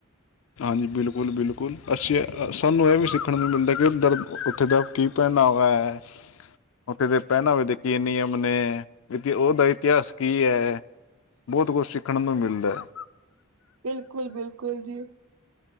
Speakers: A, on the left (about 65°); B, on the right (about 80°).
A: ਹਾਂਜੀ ਬਿਲਕੁਲ-ਬਿਲਕੁਲ ਅਸੀਂ
B: ਹਾਂਜੀ
A: ਸਾਨੂੰ ਇਹ ਵੀ ਸਿੱਖ ਦੇਖਣ ਨੂੰ ਮਿਲਦਾ ਕਿ ਉੱਧਰ ਉੱਥੇ ਦਾ ਕੀ ਪਹਿਨਾਵਾ ਐ। ਉੱਥੇ ਦੇ ਪਹਿਨਾਵੇ ਦੇ ਕੀ ਨਿਯਮ ਨੇ ਉਹਦਾ ਇਤਿਹਾਸ ਕੀ ਹੈ। ਬੋਤ ਕੁਝ ਸਿੱਖਣ ਨੂੰ ਮਿਲਦਾ ਐ।
B: ਬਿਲਕੁਲ- ਬਿਲਕੁਲ ਜੀ।